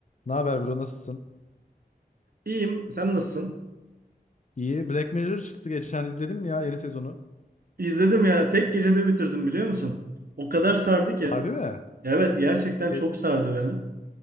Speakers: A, on the left; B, on the right.
A: Ne haber bro nasılsın?
B: İyiyim. Sen nasılsın?
A: İyi. Black Mirror çıktı geçen izledim ya yeni sezonu.
B: İzledim ya. Tek gecede bitirdim biliyor musun? O kadar sardı ki.
A: Harbi mi?
B: Evet, gerçekten
A: E,
B: çok sardı beni.